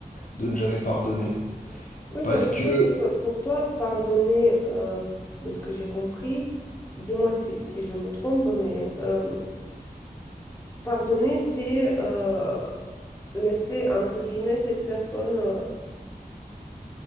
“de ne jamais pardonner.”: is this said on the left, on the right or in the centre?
Left